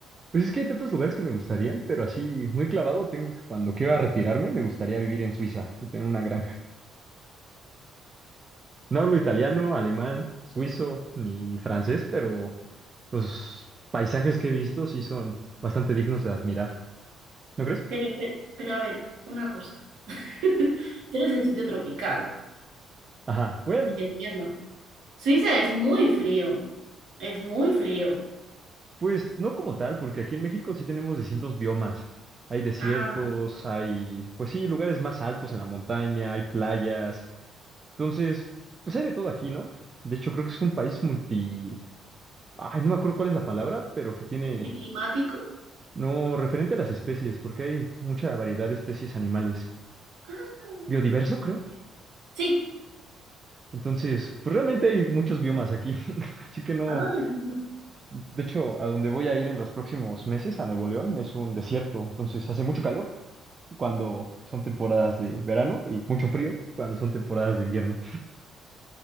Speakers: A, on the right; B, on the right.
A: Pues es que hay tantos lugares que me gustarían, pero así muy clavado tengo que cuando quiera retirarme me gustaría vivir en Suiza y tener una granja. No hablo italiano, alemán, suizo ni francés, pero los paisajes que he visto sí son bastante dignos de admirar. ¿No crees?
B: Pero, pero, pero, a ver, una cosa. <laughs> Tú eres el sitio tropical,
A: Ajá. Bueno,
B: lo que entiendo. Suiza es muy frío. Es muy frío.
A: Pues no como tal, porque aquí en México sí tenemos distintos biomas. Hay desiertos,
B: Ah,
A: hay, pues sí, lugares más altos en la montaña, hay playas. Entonces, pues hay de todo aquí, ¿no? De hecho, creo que es un país multi... Ay, no me acuerdo cuál es la palabra, pero que tiene...
B: anticlimático.
A: No, referente a las especies, porque hay mucha variedad de especies animales.
B: Ah,
A: Biodiverso, creo.
B: sí.
A: Entonces, pues realmente hay muchos biomas aquí. <laughs> Así que no...
B: Ay, Dios.
A: De hecho, a donde voy a ir en los próximos meses, a Nuevo León, es un desierto. Entonces, hace mucho calor. cuando son temporadas de verano y mucho frío cuando son temporadas de invierno.